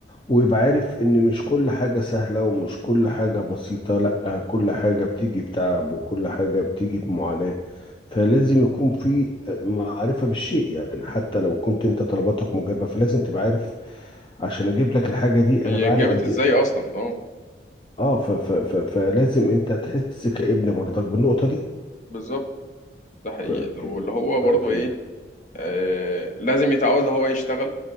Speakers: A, on the left; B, on the left.
A: ويبقى عارف إن مش كل حاجة سهلة ومش كل حاجة بسيطة لأ كل حاجة بتيجي بتعب وكل حاجة بتيجي بمعاناة فلازم يكون في معرفة بالشيء يعني حتى لو كنت انت طلباتك مجابة فلازم تبقى عارف عشان اجيب لك الحاجة دي
B: هي
A: انا بعاني
B: اتجابت
A: قد
B: ازاي
A: ايه
B: اصلا اه
A: اه ف ف ف فلازم انت تحس كابن برضك بالنقطة دي
B: بالظبط ده حقيقي
A: ف
B: لو اللي هو
A: ف
B: برضه
A: ف
B: ايه آه لازم يتعود اللي هو يشتغل